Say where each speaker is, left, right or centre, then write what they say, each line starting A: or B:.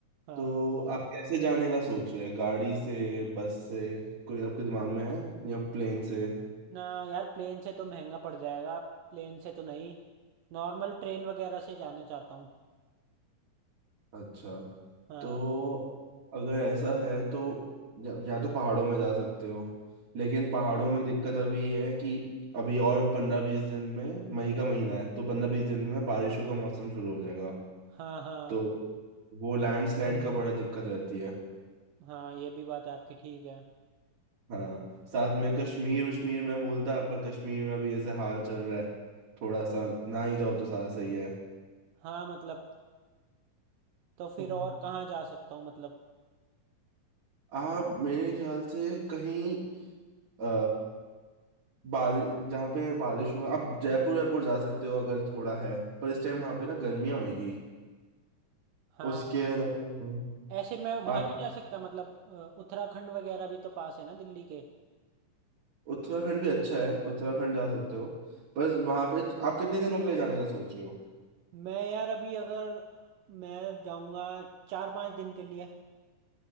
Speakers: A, on the right; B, on the right.
A: हाँ
B: तो आप कैसे जाने का सोच रहे हैं गाड़ी से बस से कोई आपके दिमाग में है या प्लेन से
A: ना यार प्लेन से तो महंगा पड़ जाएगा प्लेन से तो नहीं नॉर्मल ट्रेन वगैरह से जाना चाहता हूँ
B: अच्छा
A: हाँ
B: तो अगर ऐसा है तो या, या तो पहाड़ों में जा सकते हो लेकिन पहाड़ों में दिक्कत अभी ये है कि अभी और पंद्रह बीस दिन में मई का महीना है तो पंद्रह बीस दिन में बारिशों का मौसम शुरू हो जाएगा
A: हाँ हाँ
B: तो वो लैंडस्लाइड का बड़ा दिक्कत रहती है
A: हाँ ये भी बात आपकी ठीक है
B: हाँ साथ में कश्मीर वश्मीर में बोलता पर कश्मीर में अभी जैसे हाल चल रहा है थोड़ा सा ना ही जाओ तो सारा सही है
A: हाँ मतलब तो फिर
B: हम्म।
A: और कहाँ जा सकता हूँ मतलब
B: आप मेरे ख्याल से कहीं आ, बारिश जहाँ पे बारिश हुआ आप जयपुर वायपुर जा सकते हो अगर थोड़ा है पर इस टाइम वहाँ पे ना गर्मियाँ होगी
A: हाँ
B: उसके अलावा
A: ऐसे मैं वहाँ
B: आप
A: नहीं जा सकता मतलब अ, उत्तराखंड वगैरह भी तो पास है ना दिल्ली के
B: उत्तराखंड भी अच्छा है उत्तराखंड जा सकते हो बस वहाँ पे आप कितने दिनों के लिए जाने का सोच रहे हो
A: मैं यार अभी अगर मैं जाऊँगा चार पाँच दिन के लिए